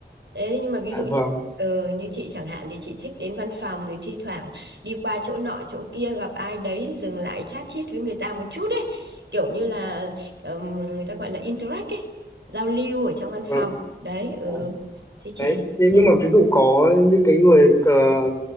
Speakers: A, on the right; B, on the left.
A: Thế nhưng mà ví
B: À,
A: dụ
B: vâng,
A: như ừ, như chị chẳng hạn thì chị thích đến văn phòng thì thi thoảng đi qua chỗ nọ chỗ kia gặp ai đấy thì dừng lại chat chít với người ta một chút ấy, kiểu như là ừm, người ta gọi là interact ấy, giao lưu ở trong văn
B: vâng.
A: phòng. Đấy ừ.
B: À,
A: Thế chị
B: đấy.
A: thì
B: Nhưng,
A: thế.
B: nhưng mà ví dụ có những cái người ờ,